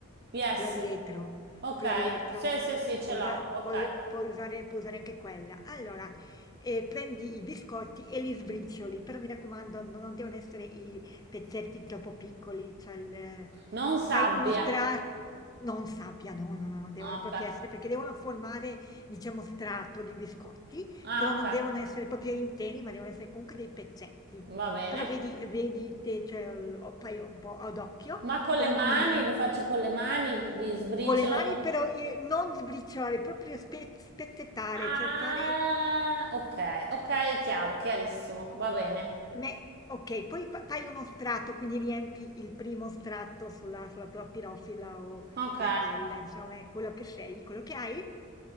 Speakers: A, on the right (about 50°); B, on the left (about 20°).
A: Yes,
B: quella di vetro,
A: ok.
B: quella di vetro.
A: Sì, sì, sì, ce
B: Puoi
A: l'ho,
B: usa-
A: ok.
B: puoi- puoi usare, puoi usare anche quella. Allora, eh, prendi i biscotti e li sbricioli, però mi raccomando, no- non devono essere i pezzetti troppo piccoli, cioè il-
A: Non sabbia.
B: fai uno strato, non sabbia, no, no, no, devono
A: Ah, ok.
B: proprio essere, perché devono formare, diciamo, strato di biscotti.
A: Ah,
B: Però
A: ok,
B: non devono essere proprio interi, ma devono essere comunque dei pezzetti.
A: va bene.
B: Però vedi vedi te, cioè lo fai un po' ad occhio,
A: Ma con
B: però
A: le mani,
B: non
A: lo faccio con le mani, li sbriciolo
B: con le mani
A: con...
B: però i non sbriciolare, proprio spez spezzettare,
A: Ah,
B: cioè fare
A: ok, ok, è chiaro, chiarissimo, va bene.
B: Me okay, poi fa fai uno strato, quindi riempi il primo strato sulla sulla tua pirofila o
A: Ok.
B: la teglia, insomma è quello che scegli, quello che hai.